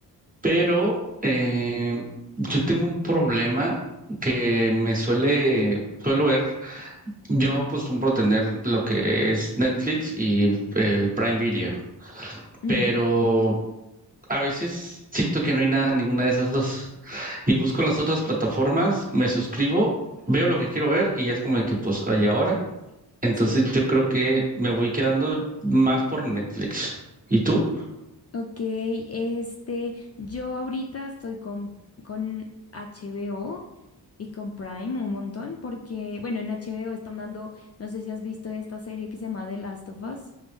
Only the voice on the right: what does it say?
Pero eh, yo tengo un problema que me suele, suelo ver. Yo acostumbro tener lo que es Netflix y el Prime Video,
pero a veces siento que no hay nada en ninguna de esas dos. Y busco las otras plataformas, me suscribo, veo lo que quiero ver y ya es como de que pues hay ahora. Entonces
yo creo que me voy quedando más por Netflix. ¿Y tú?